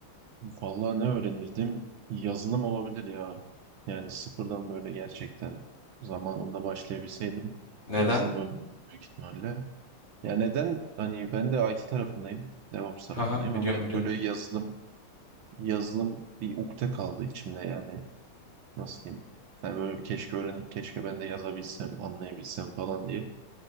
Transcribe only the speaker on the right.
Vallahi ne öğrenirdim? Yazılım olabilir ya. Yani sıfırdan böyle gerçekten zamanında başlayabilseydim
yazılım öğrenirdim büyük ihtimalle. Ya neden? Hani ben de IT tarafındayım. DevOps tarafındayım
ama hep
böyle yazılım yazılım bir ukde kaldı içimde yani. nasıl diyeyim yani böyle keşke öğrenip keşke ben de yazabilsem anlayabilsem falan diye.